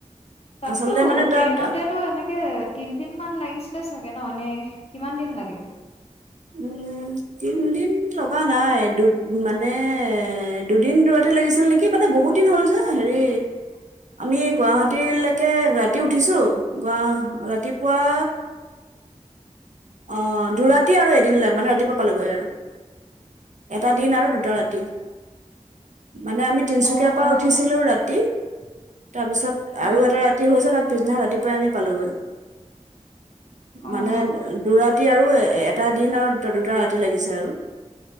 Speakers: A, on the left; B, on the right.
A: তাততো
B: আচলতে মানে তাত
A: ট্ৰেইনতেতো এনেকে তিনদিন মান লাগিছিলে চাগে ন এনে কিমান দিন লাগে?
B: উম, তিনদিন লগা নাই দু মানে দুদিন দুৰাতি লাগিছিল নেকি, মানে বহুত দিন হ'ল যে হেৰি আমি গুৱাহাটীলৈকে ৰাতি উঠিছোঁ গোৱা ৰাতিপুৱা অ', দুৰাতি আৰু এদিন লাগে মানে ৰাতিপুৱা পালোগৈ আৰু। এটা দিন আৰু দুটা ৰাতি মানে আমি তিনিচুকীয়াৰ
A: অ',
B: পৰা
A: অ',
B: উঠিছিলো ৰাতি। তাৰপিছত
A: উম,
B: আৰু এটা ৰাতি হৈছে তাৰ পিছদিনা ৰাতিপুৱাই আমি পালো গৈ,
A: অ',
B: মানে দুৰাতি আৰু এটা দিন আৰু দুটা ৰাতি লাগিছে আৰু।